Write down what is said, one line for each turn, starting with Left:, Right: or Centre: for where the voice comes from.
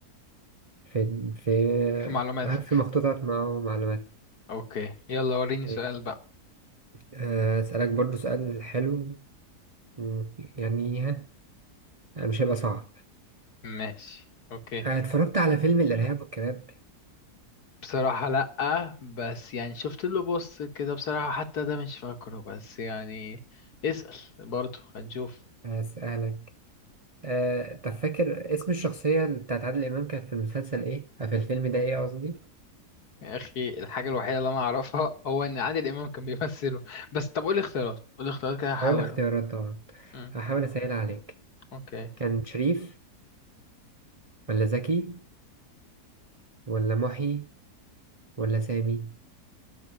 Right: في في
Left: في معلوماتك
Right: في مخطوطات مع معلومات
Left: أوكي يلا وريني
Right: ماشي.
Left: سؤال بقى
Right: آه، اسالك برضو سؤال حلو مم، يعني ها مش هيبقى صعب
Left: ماشي أوكي
Right: آه، اتفرجت على فيلم الارهاب والكباب
Left: بصراحة لأ بس يعني شفت له بص كده بصراحة حتى ده مش فاكره بس يعني اسأل برضو هنشوف
Right: اسالك آه، طب فاكر اسم الشخصية بتاعت عادل إمام كانت في المسلسل إيه؟ آه، في الفيلم ده إيه قصدي؟
Left: يا اخي الحاجه الوحيده اللي انا اعرفها <laughs> هو ان عادل امام كان بيمثله بس طب قولي اختيارات قولي اختيارات كده هحاول
Right: هقول الاختيارات طبعا
Left: امم
Right: هحاول أسهل عليك
Left: اوكي
Right: كان شريف ولا زكي ولا محي ولا سامي